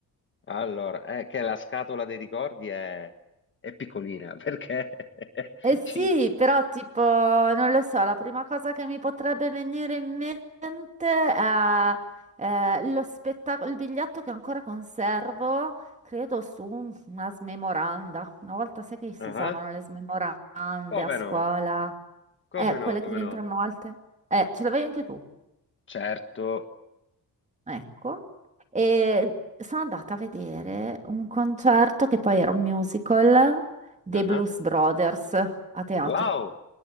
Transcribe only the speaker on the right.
Eh sì,
però tipo, non lo so, la prima cosa che mi potrebbe venire in mente è, eh, lo spettacolo, il biglietto che ancora conservo, credo su un- una smemoranda. Una volta sai che si
usavano le smemorande
a scuola,
eh,
quelle
che diventavano
alte. Eh, ce l'avevi anche tu,
ecco. E sono andata a vedere un concerto che poi era un musical dei
Blues Brothers a teatro.